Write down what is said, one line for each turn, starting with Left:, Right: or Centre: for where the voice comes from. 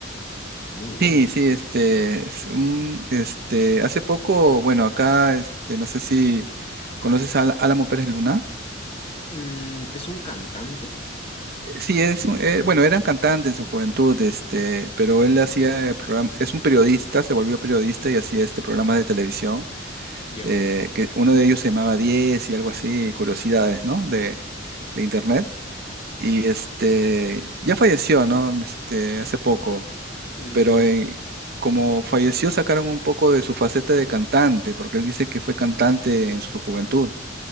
Left: Muy bueno.
Right: Sí,
Left: ¿no?
Right: sí, este, es un- este, hace poco, bueno, acá, este, no sé si conoces a Al- Álamo Pérez Luna.
Left: Mm, es un cantante,
Right: Eh, Sí, es, un- eh, bueno, eran cantantes en su juventud, este, pero él hacía eh, programa, es un periodista, se volvió periodista y hacía este programa de televisión,
Left: ya.
Right: eh, que uno de ellos se llamaba 10 y algo así, curiosidades, ¿no? De, de internet. Y este, ya falleció, ¿no? Este, hace poco.
Left: Uh,
Right: pero eh, como falleció sacaron un poco de su faceta de cantante, porque él dice que fue cantante en su juventud,